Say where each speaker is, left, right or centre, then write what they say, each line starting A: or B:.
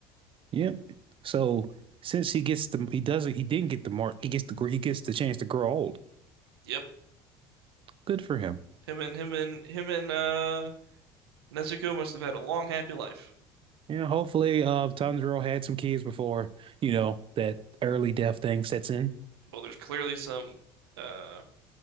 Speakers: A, on the right; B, on the right.
A: Yep. So since he gets the, he doesn't, he didn't get the mark. He gets the, gr- he gets the chance to grow old.
B: Yep.
A: Good for him.
B: Him and him and him and uh Nezuko must have had a long, happy life.
A: Yeah. Hopefully, uh, Tanjiro had some kids before, you know, that early death thing sets in.
B: Well, there's clearly some uh